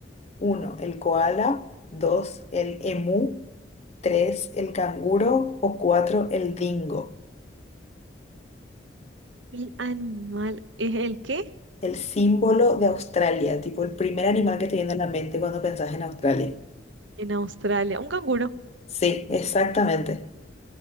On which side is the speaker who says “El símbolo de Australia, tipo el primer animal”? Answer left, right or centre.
Left